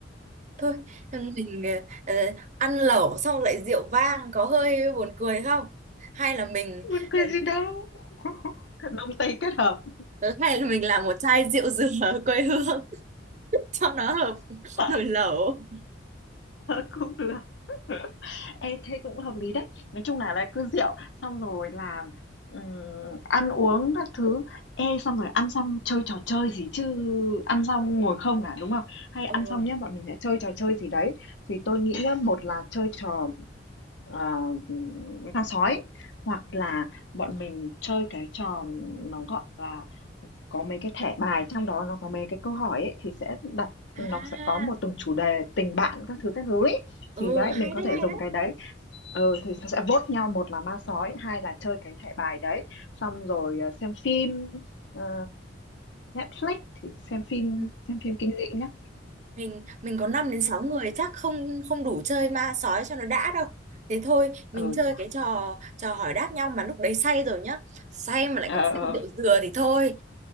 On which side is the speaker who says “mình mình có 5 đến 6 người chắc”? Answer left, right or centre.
Right